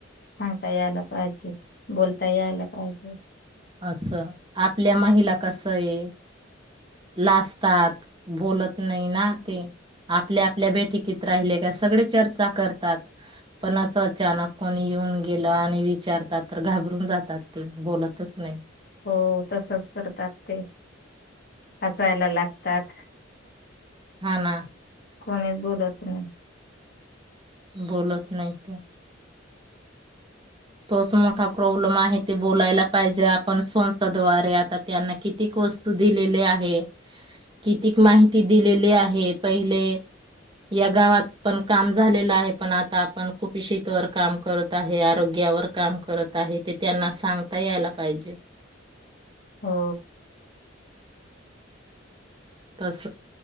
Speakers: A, on the left (about 50°); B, on the right (about 25°).
A: सांगता यायला पाहिजे बोलता यायला पाहिजे
B: असं आपल्या महिला कस आहे लाजतात बोलत नाही ना ते आपल्या आपल्या बैठकीत राहिले का सगळे चर्चा करतात पण अस अचानक कोणी येऊन गेलं आणि विचारतात तर घाबरून जातात ते बोलत च नाही
A: हो तसच करतात ते हसायला लागतात
B: हा ना
A: कोणीच बोलत नाहीत
B: बोलत नाहीय ते तोच मोठा प्रॉब्लेम आहे ते बोलायला पाहिजे आपण संस्थाद्वारे आता त्यांना कितीक वस्तू दिलेली आहे कितीक माहिती दिलेली आहे पहिले या गावात पण काम झालेलं आहे पण आता आपण कुपी शीतवर काम करत आहे आरोग्य यावर काम करत आहे ते त्यांना सांगता यायला पाहिजे
A: हो
B: तस